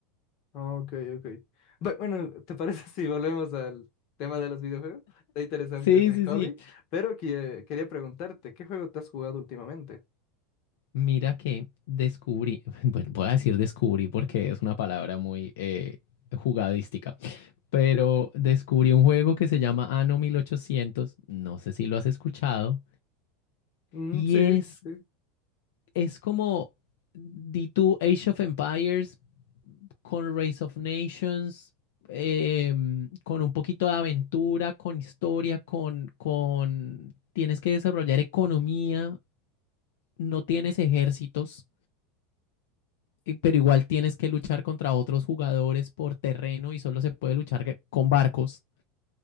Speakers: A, on the left; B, on the left.
A: Ah, ok, ok. Bu- Bueno, ¿te parece <laughs> si volvemos al tema de los videojuegos? Está interesante
B: Sí,
A: este
B: sí,
A: hobby,
B: sí.
A: pero que- quería preguntarte, ¿qué juego te has jugado últimamente?
B: Mira que descubrí, <laughs> bueno, voy a decir descubrí porque es una palabra muy eh, jugadística, pero descubrí un juego que se llama Anno 1800, no sé si lo has escuchado,
A: Mm,
B: y
A: sí,
B: es,
A: sí.
B: es como... Di tú Age of Empires, con Race of Nations, em, con un poquito de aventura, con historia, con, con... Tienes que desarrollar economía, no tienes ejércitos, eh, pero igual tienes que luchar contra otros jugadores por terreno y solo se puede luchar g- con barcos.